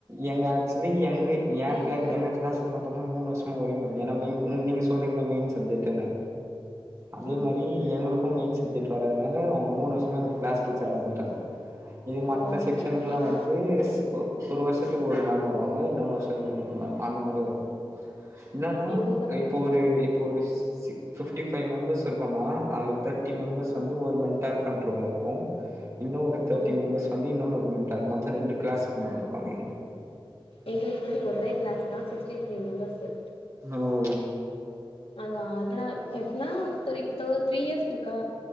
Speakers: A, on the right; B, on the left.
A: எங்க ஆக்சுலி எங்க ஏ க்ளைன்
B: இல்ல
A: எங்க க்ளாஸ் திங் மட்டுன்தா மூணு வர்ஷமா ஒரே மேம் ஏன்னா மெய் இன் நீங்க சொல்றீங்ள மெய்ன் சப்ஜெட்டுன்னு அதே
B: ஆமா
A: மாரி எங்களுக்கும் மெய்ன் சப்ஜெட் வர்றதுனால அவு மூணு வர்ஷமா எங்ளுக் க்ளாஸ் டீச்சரா வந்துட்டாங் இது மத்த
B: ஓ அப்டி
A: செக்ஷனுக்லா
B: எங்
A: வந்து ஸ் போ ப்ரோ வருஷத்துக்கு ஒரு மேம் வருவாங்க இன்னொன் வர்ஷோ இன்னொன் வரு மேம் அந்த மாதி வருவாங் என்னன்னாம்
B: எங்களுக்கு அப்டி
A: இப்போ
B: இல்ல
A: ஒரு இப்போ ஒரு ஸ் ஸி ஃபிஃப்ட்டி ஃபைவ் மெம்பர்ஸ் இருக்கோனா அல தட்டி மெம்பர்ஸ்
B: ஆ
A: வந்து ஒரு மென்ட்டார் கண்ட்ரோல இர்க்கு இன்னு ஒரு தாட்டி
B: ஓ
A: மெம்பர்ஸ் வந்து இன்னொம் ஒரு மெண்ட்டார் மொத்த ரெண்டு க்ளாஸ்மே இர்ப்பாங்க எங்குளுக்கு
B: எங்ளுக் வந்து ஒரே க்ளாஸ் தா சிக்ஸ்டித்ரீ மெம்பர்சு
A: ஹலோ
B: அத அதுனா <unintelligible> த்ரீ த்ரீ இயர்ஸ் இருக்கா